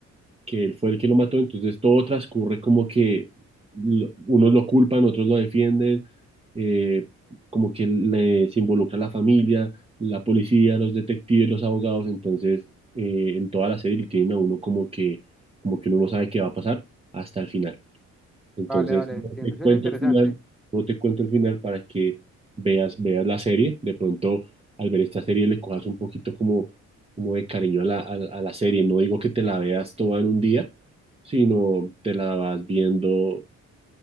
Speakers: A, on the right; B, in the centre.
A: que él fue el que lo mató, entonces todo transcurre como que lo- unos lo culpan, otros lo defienden, eh, como que le- se involucra la familia, la policía, los detectives, los abogados, entonces eh, en toda la serie lo tienen a uno como que, como que uno no sabe qué va a pasar hasta el final. Entonces,
B: Vale, vale,
A: no
B: entiendo.
A: te
B: Suena
A: cuento
B: interesante.
A: el final, no te cuento el final para que veas, veas la serie. De pronto, al ver esta serie, le cojas un poquito como, como de cariño a la, a, la a la serie. No digo que te la veas toda en un día, sino te la vas viendo